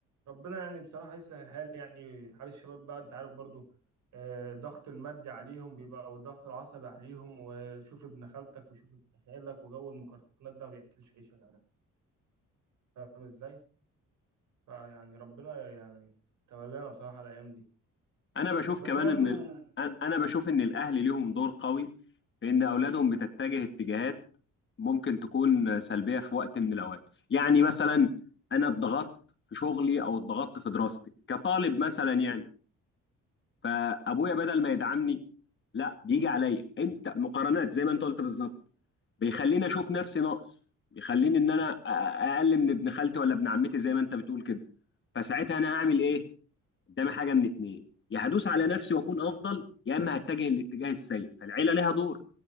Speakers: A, on the right; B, on the left.
A: ربنا يعني بصراحه يسهل الحال يعني حال الشباب بقى انت عارف برضو آه، ضغط المادي عليهم بيبقى والضغط العصبي عليهم وشوف ابن خالتك وشوف ابن خالك وجو المقارنات ده ما بياكلش عيش يا جماعه فاهم ازاي؟ فيعني ربنا يعني تولانا بصراحه الايام دي
B: انا بشوف
A: طب
B: كمان
A: انت برضو
B: ان ال-
A: آه،
B: أن- انا بشوف ان الاهل ليهم دور قوي في ان اولادهم بتتجه اتجاهات ممكن تكون سلبيه في وقت من الاوقات يعني مثلا انا اتضغطت في شغلي او اتضغطت في دراستي كطالب مثلا يعني فابويا بدل ما يدعمني لا بيجي عليا انت مقارنات زي ما انت قلت بالظبط بيخليني اشوف نفسي ناقص بيخليني ان انا أ- اقل من ابن خالتي ولا ابن عمتي زي ما انت بتقول كده فساعتها انا هعمل ايه قدامي حاجه من اتنين يا هدوس على نفسي واكون افضل يا اما هتجه الاتجاه السيء فالعيله ليها دور